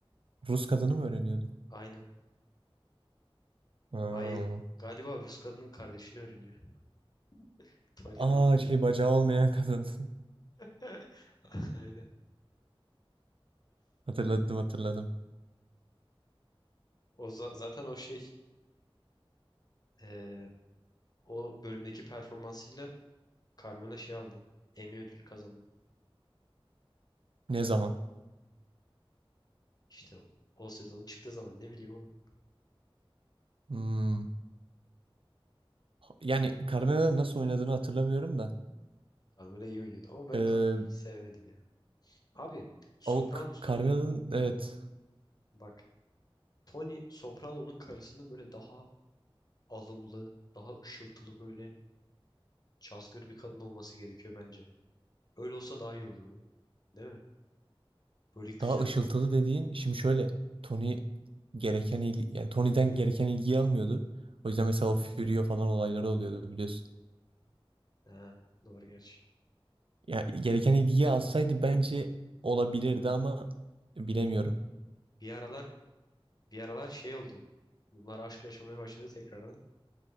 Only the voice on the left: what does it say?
Aynen.
Hayır. Galiba Rus kadının kardeşini öğreniyor. <laughs> Tony
Nazlı.
<laughs> Aynen.
O za- zaten o şey eee, o bölümdeki performansıyla Carmela şey aldı. Emmy ödül kazandı.
İşte o, o sezonun çıktığı zaman ne bileyim oğlum.
Carmela iyi oynuyordu ama ben
Carmela'yı hiç sevemedim ya. Abi Sopranos'ta
bak Tony Soprano'nun karısının böyle daha alımlı, daha ışıltılı böyle cazgır bir kadın olması gerekiyor bence. Öyle olsa daha iyi olurdu. Değil mi? Böyle güzel.
Ha, doğru gerçi.
Bir aralar Bir aralar şey oldu. Bunlar aşk yaşamaya başladı tekrardan.